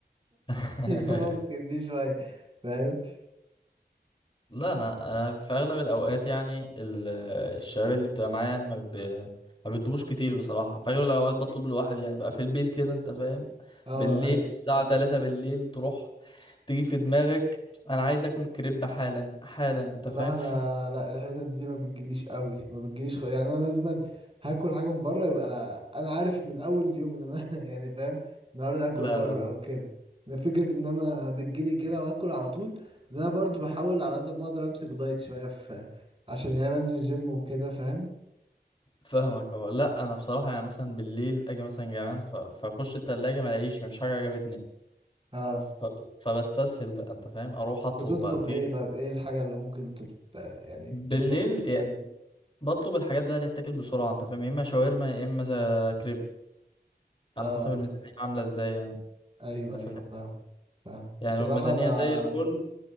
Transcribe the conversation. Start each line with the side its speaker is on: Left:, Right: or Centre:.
Left: <laughs>
Right: <laughs> ممكن دي شوية فاهم
Left: لا انا انا في اغلب الاوقات يعني ال- الشباب اللي بتبقى معايا يعني ما, ب... ما بيطلبوش كتير بصراحه في اغلب الاوقات بطلب لوحدي يعني بقى في البيت كده انت فاهم
Right: اه
Left: بالليل
Right: أيوه.
Left: الساعه 3 بالليل تروح تيجي في دماغك انا عايز اكل كريب حالا حالا انت
Right: بصراحة
Left: فاهم
Right: انا
Left: <laughs>
Right: لا الحتت دي ما بتجيليش قوي ما بتجيليش خ... يعني انا لازما هاكل حاجة من بره يبقى لا انا عارف من اول يوم ان انا <laughs> يعني فاهم النهارده هاكل
Left: لا
Right: بره
Left: لا لا
Right: او كده ما فكرة ان انا بتجيلي كده واكل على طول لأن انا برضو بحاول على قد ما اقدر امسك دايت شوية في عشان يعني بنزل جيم وكده فاهم
Left: فاهمك اه لا انا بصراحه يعني مثلا بالليل اجي مثلا جعان ف... فاخش التلاجة ما الاقيش مفيش حاجه عجبتني
Right: اه
Left: ف- فبستسهل بقى انت فاهم اروح اطلب
Right: بتطلب
Left: بقى في
Right: ايه طيب ايه الحاجة اللي ممكن تبت... يعني بتطلبها
Left: بالليل
Right: في الاوقات
Left: يا-
Right: دي
Left: بطلب الحاجات بقى اللي تتاكل بسرعه انت فاهم يا اما شاورما يا اما ز- كريب
Right: اه
Left: على حسب الميزانيه عامله ازاي يعني
Right: ايوه
Left: انت
Right: ايوه
Left: فاهم
Right: فاهم فاهم
Left: يعني
Right: بصراحة
Left: لو الميزانيه
Right: انا
Left: زي الفل